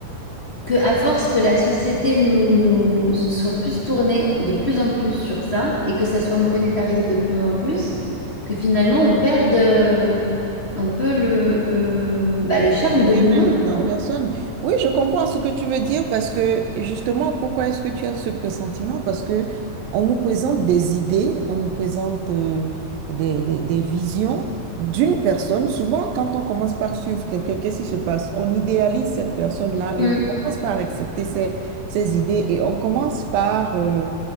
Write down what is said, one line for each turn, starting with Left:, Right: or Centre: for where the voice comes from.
Left: que à force que la société nous, nous soit plus tournée de plus en plus sur ça et que ça soit monétarisé de plus en plus, que finalement on perde euh, un peu le, euh, bah, le charme de
Right: Et
Left: l'humain,
Right: même de la
Left: quoi.
Right: personne. Oui, je comprends ce que tu veux dire parce que justement, pourquoi est-ce que tu as ce pressentiment? Parce que on nous présente des idées, on nous présente euh, des, des- des visions d'une personne. Souvent, quand on commence par suivre quelqu'un, qu'est-ce qui se passe? On idéalise cette personne-là
Left: Mm.
Right: et on commence par accepter ses, ses idées et on commence par euh,